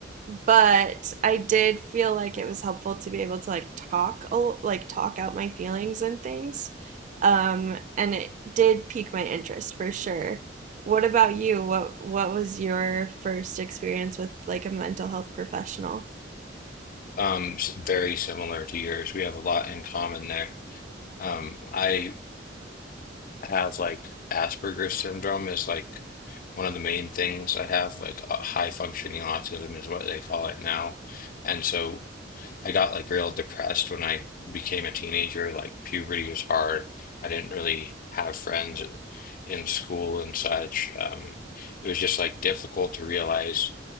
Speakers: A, on the right (about 40°); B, on the left (about 50°).
A: but I did feel like it was helpful to be able to like talk like talk out my feelings and things. Um, and it did pique my interest for sure. What about you? What what was your first experience with like a mental health professional?
B: um, s- very similar to yours. We have a lot in common there. Um, I have like Asperger's syndrome is like one of the main things I have. Like uh, high functioning autism is what they call it now, and so. I got like real depressed when I became a teenager. Like puberty was hard. I didn't really have friends uh, in school and such. Um, it was just like difficult to realize